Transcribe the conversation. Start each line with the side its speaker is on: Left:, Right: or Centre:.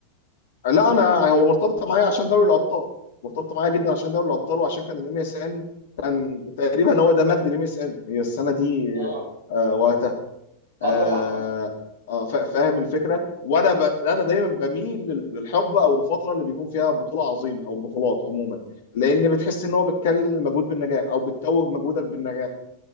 Left: لا انا هو مرتبطه معايا عشان دوري الابطال مرتبطه معايا جدا عشان دوري الابطال وعشان كان الام اس ان كان تقريبا هو ده مجد الام اس ان هي السنه دي
Right: اه
Left: آه، وقت آه
Right: اه طبعا اه
Left: آه، فا- فاهم الفكره وانا ب... انا دايما بميل لل- للحقبه او الفتره اللي بيكون فيها بطوله عظيمه او بطولات عموما لان بتحس ان هو بتكلل المجهود بالنجاح او بتتوج مجهودك بالنجاح